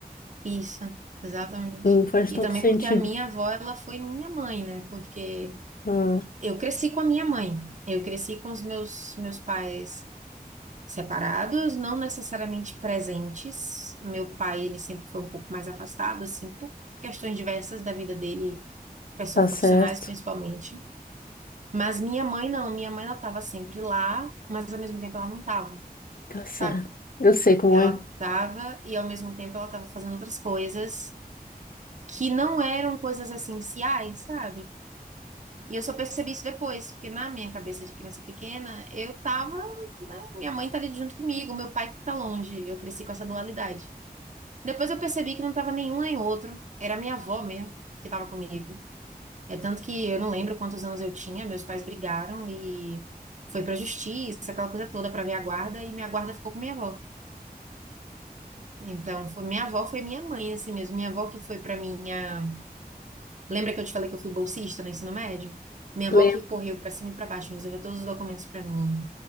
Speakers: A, on the right (about 50°); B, on the left (about 60°).
A: Isso, exatamente.
B: Não faz
A: E
B: todo
A: também
B: sentido.
A: porque a minha avó, ela foi minha mãe, né? Porque
B: Ah,
A: eu cresci com a minha mãe, eu cresci com os meus, meus pais. separados, não necessariamente presentes. Meu pai, ele sempre foi um pouco mais afastado, assim, por questões diversas da vida dele, pessoal
B: tá
A: profissionais
B: certo,
A: principalmente. Mas minha mãe não, minha mãe ela estava sempre lá, mas ao mesmo tempo ela não estava,
B: tá certo.
A: sabe?
B: Eu sei como
A: Ela
B: é.
A: estava e ao mesmo tempo ela estava fazendo outras coisas que não eram coisas essenciais, sabe? E eu só percebi isso depois, porque na minha cabeça de criança pequena, eu tava, né, Minha mãe tá ali junto comigo, meu pai que tá longe. Eu cresci com essa dualidade. Depois eu percebi que não estava nenhum nem outro. Era minha avó mesmo que estava comigo. É tanto que eu não lembro quantos anos eu tinha, meus pais brigaram e foi pra justiça, aquela coisa toda pra minha guarda, e minha guarda ficou com minha avó. Então, foi, minha avó foi minha mãe, assim mesmo. Minha avó que foi pra minha. Lembra que eu te falei que eu fui bolsista no ensino médio? Minha
B: Lembro.
A: avó que correu pra cima e pra baixo, resolveu todos os documentos pra mim.